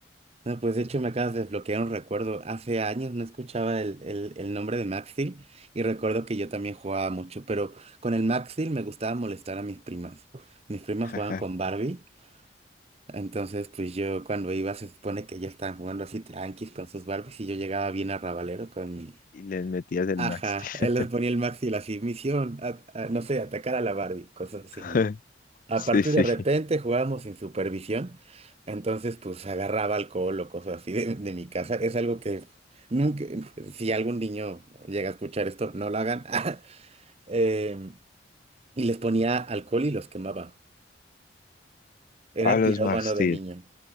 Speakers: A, on the right; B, on the left.
A: No, pues de hecho me acabas de desbloquear un recuerdo. Hace años no escuchaba el, el, el nombre de Max Steel y recuerdo que yo también jugaba mucho, pero con el Max Steel me gustaba molestar a mis primas. Mis primas
B: <laughs>
A: jugaban con Barbie, entonces pues yo cuando iba se supone que ellas estaban jugando así tranquis con sus Barbies y yo llegaba bien arrabalero con mi...
B: Y les metías el
A: Ajá,
B: Max Steel.
A: él les ponía el Max Steel así, misión, a- a- no sé, atacar a la Barbie, cosas así,
B: <laughs>
A: ¿no? Aparte,
B: Sí, sí.
A: de repente jugábamos sin supervisión, entonces pues agarraba alcohol o cosas así de, de mi casa. Es algo que nunca, si algún niño llega a escuchar esto, no lo hagan. <laughs> Eh, y les ponía alcohol y los quemaba. Era
B: A los
A: pirómano
B: Max Steel.
A: de niño.